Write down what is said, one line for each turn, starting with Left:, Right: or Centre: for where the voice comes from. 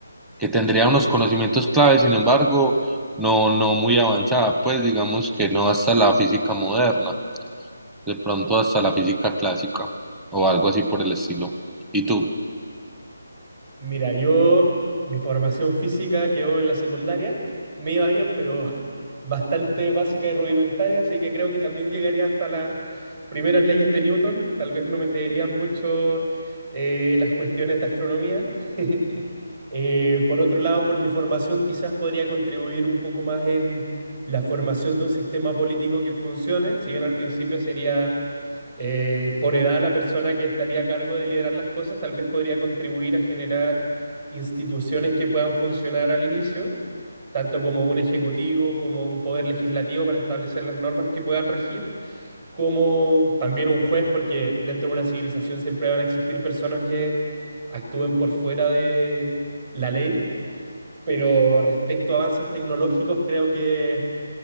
Centre: que tendría unos conocimientos claves, sin embargo, no, no muy avanzada, pues digamos que no hasta la física moderna, de pronto hasta la física clásica o algo así por el estilo. ¿Y tú?
Right: Mira, yo, mi formación física quedó en la secundaria, me iba bien, pero <laughs> bastante básica y rudimentaria, así que creo que también llegaría hasta las primeras leyes de Newton, tal vez no me creerían mucho eh, las cuestiones de astronomía. <laughs> Eh, por otro lado, por mi formación quizás podría contribuir un poco más en la formación de un sistema político que funcione, si bien al principio sería eh, por edad, la persona que estaría a cargo de liderar las cosas tal vez podría contribuir a generar instituciones que puedan funcionar al inicio, tanto como un ejecutivo, como un poder legislativo para establecer las normas que puedan regir, como también un juez, porque dentro de una civilización siempre van a existir personas que actúen por fuera de la ley, pero respecto a avances tecnológicos creo que...